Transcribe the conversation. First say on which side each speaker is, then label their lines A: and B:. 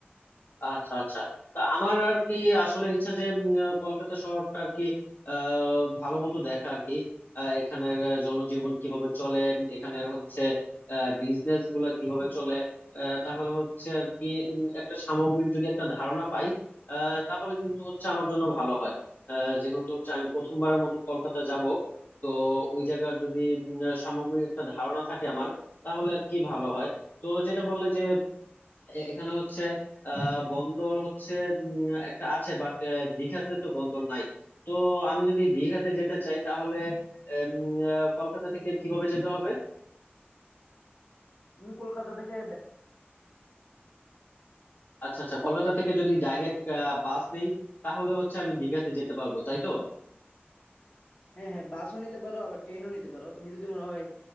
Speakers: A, on the left (about 50°); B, on the left (about 30°).
A: আচ্ছা আচ্ছা তা আমার আর কি আসলে ইচ্ছা যে উম, আহ, কলকাতা শহরটা আর কি আহ ভালো মতো দেখা আর কি আহ, এখানের আহ, জনজীবন কিভাবে চলে উম, এখানের হচ্ছে বিজনেস গুলা কিভাবে চলে আহ, তাহলে হচ্ছে আর কি উম, একটা সামগ্রিক যদি একটা ধারণা পাই আহ, তাহলে কিন্তু হচ্ছে আমার জন্য ভালো হয় আহ, যেহেতু হচ্ছে আমি প্রথমবারের মতো কলকাতা যাব তো ওই জায়গার যদি উম, আহ, সামগ্রিক একটা ধারণা থাকে আমার তাহলে আর কি ভালো হয় তো যেটা বললে যে এ- এখানে হচ্ছে আহ বন্দর হচ্ছে উম, একটা আছে বাট দীঘাতে তো বন্দর নাই তো আমি যদি দীঘাতে যেতে চাই তাহলে উম, আহ, কলকাতা থেকে কিভাবে যেতে হবে
B: তুমি কলকাতা থেকে
A: আচ্ছা আচ্ছা কলকাতা থেকে যদি ডাইরেক্ট বাস নেই তাহলে হচ্ছে আমি দীঘাতে যেতে পারবো তাই তো
B: হ্যাঁ হ্যাঁ বাসও নিতে পারো আবার ট্রেনও নিতে পারো তুমি যদি মনে হয়